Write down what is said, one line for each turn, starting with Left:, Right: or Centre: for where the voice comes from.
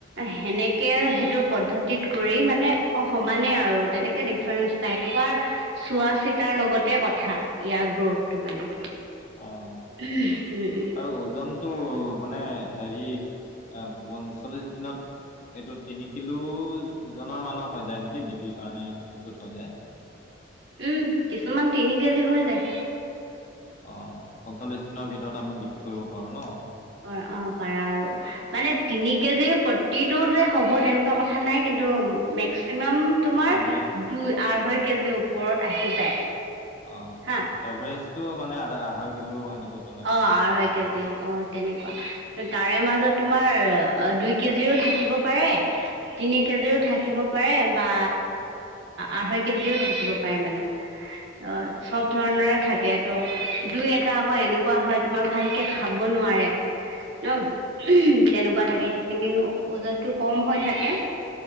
Right: সেনেকে সেইটো পদ্ধতিত কৰি মানে অ' সমানে আৰু তেনেকে ডিফাৰেন্ঞ্চ নাই। তোমাৰ চোৱা চিতাৰ লগতে কথা ইয়াৰ গ্ৰৌথটো মানে।
Left: অ'।
Right: উম, উম।
Left: আৰু ওজনটো মানে হেৰি আহ পঞ্চল্লিশ দিনত এইটো তিনিকিলো ওজনৰ মানৰ হৈ যায় নেকি বিক্ৰীৰ কাৰণে প্ৰস্তুত হৈ যায়।
Right: উম, কিছুমান তিনি কেজি হৈ যায়।
Left: অ', পঞ্চল্লিছ দিনৰ ভিতৰত আমি বিক্ৰী কৰিব পাৰো ন।
Right: অ', অ', পাৰা আৰু। মানে তিনি কেজি প্ৰতিটো যে হ'ব তেনেকুৱা কথা নাই। কিন্তু মেক্সিমাম তোমাৰ
Left: এভাৰেজ
Right: দুই আঢ়ৈ কেজিৰ ওপৰত আহি যায়।
Left: অ',
Right: হা
Left: এভাৰেজটো মানে আধ আঢ়ৈ কিলো সেনেকুৱা তেনে-
Right: অ',
Left: তেনেকুৱা
Right: আঢ়ৈ
Left: হয়
Right: কেজি অ' অ'। তেনেকুৱা তাৰে মাজত তোমাৰ দুই কেজি থাকিব পাৰে। তিনি কেজিও থাকিব পাৰে বা আঢ়ৈ কেজিও থাকিব পাৰে মানে। অ', চব ধৰণৰে থাকে ত' দুই এটা আকৌ এনেকুৱা হয়, তোমাৰ ভালকে খাব নোৱাৰে ন তেনেকুৱা থাকে খিনি ওজাৰটো কম হৈ থাকে।